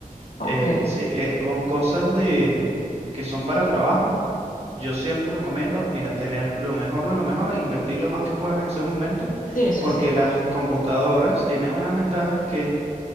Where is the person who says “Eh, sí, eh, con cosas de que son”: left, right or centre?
Right